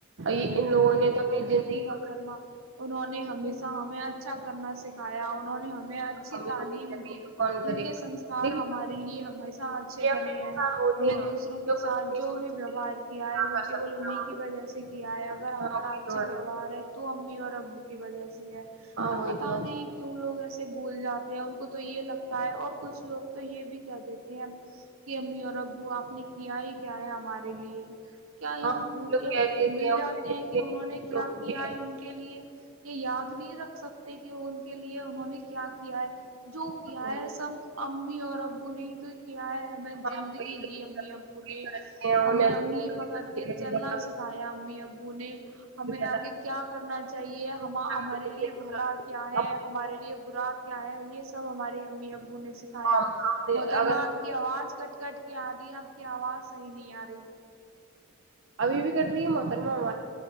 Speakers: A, on the right; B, on the right.
A: یہ ان لوگوں نے تو اپنی زندگی
B: یہ محترما
A: میں
B: انہوں نے ہمیشہ ہمیں اچھا کرنا سکھایا انہوں نے ہمیں اچھی
A: ہم
B: تعلیم
A: ہی لوگ کریں
B: دی
A: گے تو کون
B: ان
A: کرے
B: کے
A: گا
B: سنسکار
A: لیکن
B: ہمارے لیے ہمیشہ اچھے
A: یہ
B: بنے
A: پھر
B: ہیں
A: انسان ہوتے
B: ہم نے
A: ہیں
B: دوسروں کے
A: جو کچھ
B: ساتھ
A: نہیں
B: جو
A: سوچ
B: بھی
A: سکتے
B: ویوہار کیا ہے
A: نہ
B: وہ
A: کر
B: کیول
A: سکتے
B: انہیں
A: ہیں ہم۔
B: کی وجہ سے کیا ہے ا گر ہمارا
A: ہاں وہی
B: اچھا
A: تو ہے
B: ویوہار ہے تو ممی اور ابو کی وجہ سے ہے
A: ہاں
B: پر
A: وہی
B: پتا
A: تو ہے
B: نہیں کیوں لوگ ایسے بھول جاتے ہیں ان کو تو یہ لگتا ہے اور کچھ لوگ تو یہ بھی کہ دیتے کہ امی اورر وہ آپ نے کیا ہی کیا ہے ہمارے لیے کیا یہ
A: ہم لوگ
B: یہ
A: کہتے
B: بھول
A: تھے ہم
B: جاتے
A: دیکھتے
B: ہیں کہ انہوں نے کیا
A: لوگوں
B: کیا
A: کے ایسے،
B: ہے ان کے لیے یہ یاد نہیں رکھ سکتے کہ ان کے لیے انہوں نے کیا کیا ہے جو کیا
A: ہاں وہی
B: ہے
A: تو،
B: سب امی اور ابو نے تو کیا ہے ہمیں
A: ہاں
B: زندگی
A: وہی وہی
B: دی امی ابو نے
A: کرتے ہیں،
B: ہمیں
A: انہیں
B: انگلی پکڑ کے
A: بھی
B: چلنا
A: پتا
B: سکھایا امی ابو نے ہمیں آگے
A: جاتے ہیں
B: کیا کرنا چاہیے ہم ہمارے
A: تو کچھ
B: لیے
A: نہیں پتا۔
B: بھلا کیا ہے ہمارے لیے برا کیا ہے یہ سب ہمارے امی ابو نے سکھایا
A: ہم
B: ہوترما
A: اگر
B: آپ کی آواز کٹ کٹ کیا آ رہی ہے آپ کی آواز صحیح نہیں آ رہی
A: ابھی بھی ک کر رہی ہے محتر میں ہم